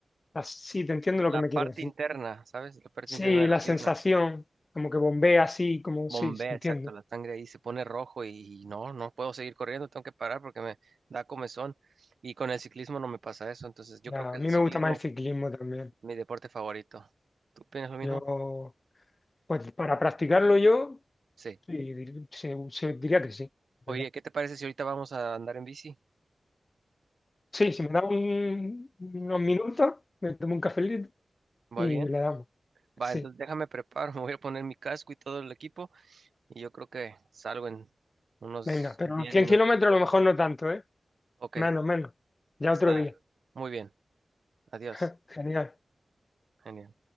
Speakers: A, on the left; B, on the right.
A: la- Sí, te entiendo lo
B: La
A: que me
B: parte
A: quieres decir.
B: interna, ¿sabes? La parte
A: Sí,
B: interna de
A: la
B: la pierna.
A: sensación, como que bombea así, como
B: Bombea,
A: sí, se entiende.
B: exacto, la sangre ahí se pone rojo y, y no, no puedo seguir corriendo, tengo que parar porque me da comezón. Y con el ciclismo no me pasa eso, entonces yo
A: Ya,
B: creo que
A: a
B: el
A: mí
B: ciclismo
A: me gusta más el ciclismo también.
B: es mi deporte favorito. ¿Tú piensas lo mismo?
A: Yo... Pues para practicarlo yo,
B: Sí.
A: sí, dir- se, se- diría que sí, ¿verdad?
B: Oye, ¿qué te parece si ahorita vamos a andar en bici?
A: Sí, si me da un- unos minutos, me tomo un cafelito y
B: ¿Va bien?
A: le damos.
B: Va,
A: Sí,
B: entonces déjame preparo, <laughs> me voy a poner mi casco y todo el equipo. Y yo creo que salgo en unos
A: venga, pero
B: 10
A: los 100
B: minutos.
A: kilómetros a lo mejor no tanto, ¿eh?
B: Ok,
A: Menos, menos. Ya
B: está.
A: otro día.
B: Muy bien. Adiós.
A: <laughs> Genial.
B: Genial.